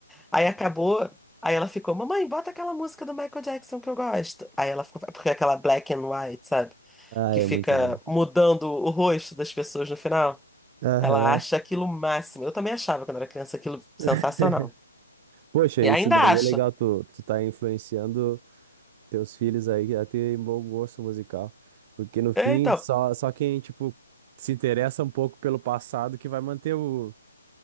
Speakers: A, in the centre; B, on the right.
A: Aí acabou. Aí ela ficou, mamãe, bota aquela música do Michael Jackson que eu gosto. Aí ela ficou, porque é aquela black and white, sabe?
B: Ah,
A: Que
B: é
A: fica
B: muito bom.
A: mudando o rosto das pessoas no final.
B: Aham.
A: Ela acha aquilo o máximo. Eu também achava quando era criança aquilo sensacional.
B: <laughs> Poxa,
A: E
B: isso
A: ainda
B: daí
A: acho.
B: é legal, tu, tu tá influenciando teus filhos aí a terem bom gosto musical. Porque no fim,
A: É, então,
B: só, só quem, tipo, se interessa um pouco pelo passado que vai manter o,